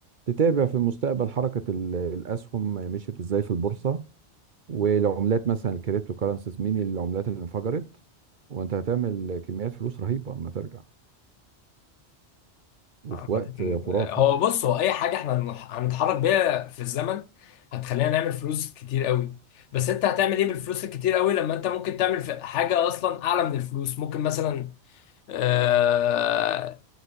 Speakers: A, on the right; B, on the left.
A: تتابع في المستقبل حركة ال- الأسهم مشيت إزاي في البورصة والعملات مثلا الكريبتو كارنسيز مين العملات اللي انفجرت وأنت هتعمل كميات فلوس رهيبة أما ترجع وفي
B: عامة،
A: وقت خرافي
B: آه، هو بص هو اي حاجه احنا هنح- هنتحرك بيها في الزمن هتخلينا نعمل فلوس كتير قوي بس انت هتعمل ايه بالفلوس الكتير قوي لما انت ممكن تعمل في- حاجه اصلا اعلى من الفلوس ممكن مثلا آه